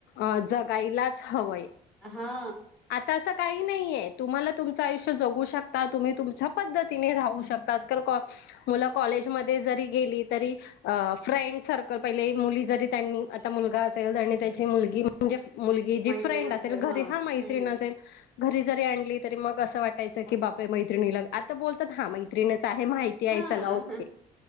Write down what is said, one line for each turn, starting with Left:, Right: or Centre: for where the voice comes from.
Left: अ जगायलाच हवंय.
Centre: हा.
Left: आता असं काही नाही तुम्हाला तुमचं आयुष्य जगू शकता तुम्ही तुमच्या पद्धतीने राहू शकता आज मुलं कॉलेजमध्ये जरी गेली तरी फ्रेंड सर्कल पहिले मुली जरी त्यांनी आ मु ला असेल आणि त्याची मुल म्हणजे मुलगी जी
Centre: मैत्रीण
Left: फ्रेंड असेल घरी
Centre: हां.
Left: हा मैत्रीण
Centre: हं.
Left: असेल घरी जरी आणली तरी मग असं वाटायचं की बापे मैत्रिणीला आता बोलतात हा मैत्रिणीच आहे माहिती आहे
Centre: ह
Left: चला ओके